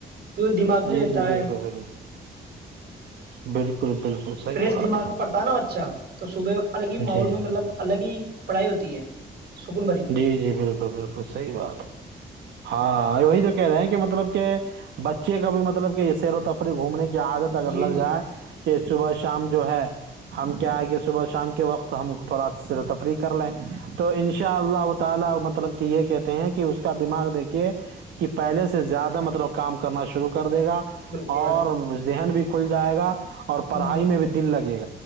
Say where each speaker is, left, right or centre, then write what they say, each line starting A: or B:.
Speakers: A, on the right; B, on the right.
A: کی دماغ میں
B: جی
A: رہتا
B: جی
A: ہے
B: بالکل بالکل بالکل بالکل صحیح
A: پریس
B: بات
A: دما میں پتا نا اچھا تو صبح الگ
B: ہے۔
A: ہی ماحول
B: جی
A: میں مطلب الگ ہی پڑھائی ہوتی ہے سکون بھری
B: جی جی بالکل بالکل سحی بات ہاں وہی تو کہ رہے ہیں کہ مطلب کہ بچے کا بھی مطلب کہ یہ سیر و تفری گھومنے کی عادت اگر
A: جی
B: لگ
A: جی
B: جائے
A: جی
B: کہ صبح شام جو ہے ہم کیا ہے کہ صبح شام کے وقت ہم تھوڑا سیر و تفریح کر لیں تو ان شا اللہ تعالی مطلب کہ یہ کہتے ہیں کہ اس کا دماغ دیکھیے کہ پہلے سے زیادہ مطلب کام کرنا شروع کر کر دے گا
A: بالکل
B: اور ذہن بھی کھل جائے گا اور پڑھائی
A: ہ
B: میں بھی دل لگے گا